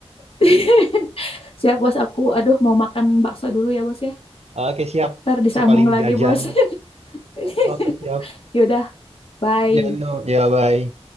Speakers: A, on the left; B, on the right.
A: <laughs> Siap bos aku. Aduh, mau makan bakso dulu ya bos ya.
B: Oke, siap.
A: Ntar disambung
B: Si paling
A: lagi
B: jajan.
A: bos. <laughs>
B: Oke, siap.
A: Yaudah. Bye.
B: Ya, no. Ya, bye.